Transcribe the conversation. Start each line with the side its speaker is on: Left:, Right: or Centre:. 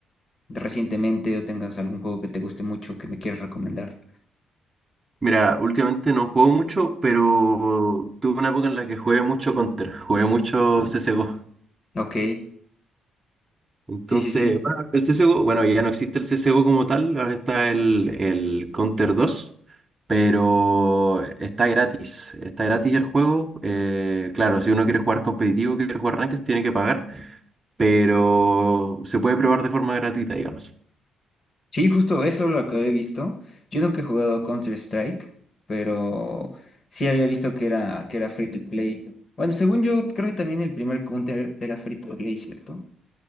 Left: recientemente o tengas algún juego que te guste mucho que me quieras recomendar.
Right: Mira, últimamente no juego mucho, pero tuve una época en la que jugué mucho Counter, jugué mucho CSGO.
Left: Ok, sí,
Right: Entonces,
Left: sí, sí.
Right: bueno, el CSGO, bueno, ya no existe el CSGO como tal, ahora está el, el Counter dos, pero está gratis, está gratis el juego. Eh, claro, si uno quiere jugar competitivo, quiere jugar ranked, tiene que pagar, pero se puede probar de forma gratuita, digamos.
Left: Sí, justo eso es lo que había visto. Yo nunca he jugado Counter-Strike, pero sí había visto que era, que era free to play. Bueno, según yo, creo que también el primer Counter era free to play, ¿cierto?